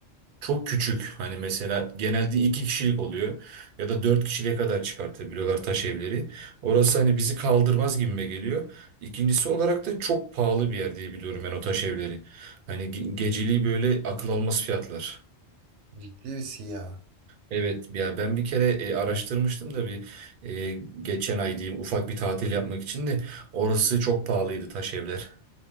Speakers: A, on the right; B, on the right.
A: çok küçük. Hani mesela genelde iki kişilik oluyor ya da dört kişiliğe kadar çıkartabiliyorlar taş evleri. Orası hani bizi kaldırmaz gibime geliyor. İkincisi olarak da çok pahalı bir yer diye biliyorum ben o taş evleri. Hani ge- geceliği böyle akıl almaz fiyatlar.
B: Ciddi misin ya?
A: Evet ya ben bir kere e, araştırmıştım da bir e, geçen ay diyeyim ufak bir tatil yapmak için de orası çok pahalıydı taş evler.